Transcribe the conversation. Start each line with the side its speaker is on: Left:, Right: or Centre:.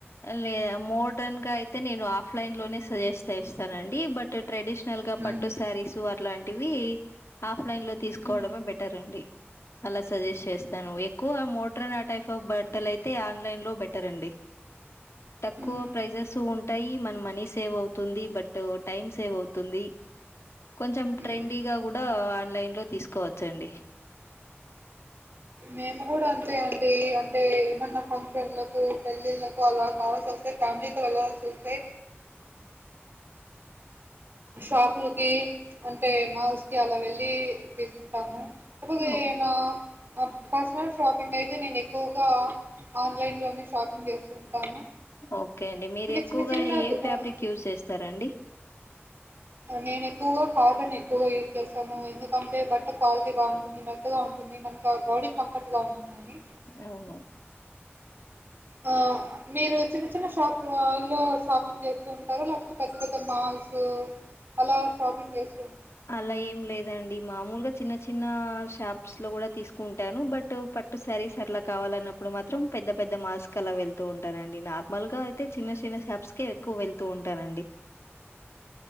Left: లేదు మోడ్రెన్ గా అయితే నేను ఆఫ్ ఆఫ్లైన్ లోనే సజెస్ట్ చేస్తానండి బట్ ట్రెడిషనల్ గా
Right: మ్మ్.
Left: పట్టు సారీసు వర్ అట్లాంటివి ఆ ఆఫ్లైన్లో తీసుకోవడమే
Right: మ్మ్.
Left: బెటర్ అండి అలా సజెస్ట్ చేస్ దాను ఎక్కువ మోడర్న్ ఆ టైప్ ఆఫ్ బట్టలు అయితే ఆన్లైన్ లో బెటర్ అండి తక్కువ
Right: మ్మ్.
Left: ప్రైజెస్ ఉన్ టై మన మనీ సేవ్ వో తుంది బట్ టైమ్ సేవ్ అవుతుంది కొంచెం
Right: మ్మ్.
Left: ట్రెండీ గా కూడ ఆన్లైన్ లొ తీసుకోవచ్చు అండి
Right: మేము కూడ అంతే అండి అంటే ఏమన్నా ఫంక్షన్లకు, పెళ్ళిళ్ళలకు, అలా కావాల్సి వస్తే ఫ్యామిలీతో వెళ్ళల్సి వస్తే. షాపులకి అంటే మాల్స్ కి అలా వెళ్లి తీసుకుంటాము కాకపోతే
Left: ఓహ్!
Right: ఏమన్నా పర్సనల్స్ షాపింగ్ అయితే నేను ఎక్కువగా ఆన్లైన్లోనే, షాపింగ్ చేస్తూ ఉంటాను.
Left: ఓకే అండి మీరు ఎక్కువగా
Right: చిన్న చిన్న
Left: ఏ
Right: దు
Left: ఫ్యాబ్రిక్
Right: ఆహ్,
Left: యూజ్ చేస్తారండి
Right: నేను ఎక్కువగా కాటన్ ఎక్కువగా యూజ్ చేసాను, ఎందుకంటే బట్ట క్వాలిటీ బాగుంటుంది. మెత్తగా ఉంటుంది, మనకు బాడీ కంఫర్ట్ గా ఉంటుందని.
Left: అవును
Right: ఆ మీరు చిన్న చిన్న షాప్ లో షాపింగ్ చేస్తూ ఉంటారా లేకపోతే పెద్ద పెద్ద మాల్స్. అలా షాపింగ్ చేస్
Left: అలా ఏం లేదండి మామూలుగా చిన్న చి చిన్న షాప్స్ లో కూడా తీసుకుంటాను, బట్ పట్టు శారీస్ అట్లా కావాలన్నప్పుడు మాత్రం పెద్ద పెద్ద మాల్స్ కి అలా వెళ్తూ ఉంటానండి, నార్మల్గా అయితే చిన్న చిన్న షాప్స్కే ఎక్కువ వెళ్తూ ఉంటానండి.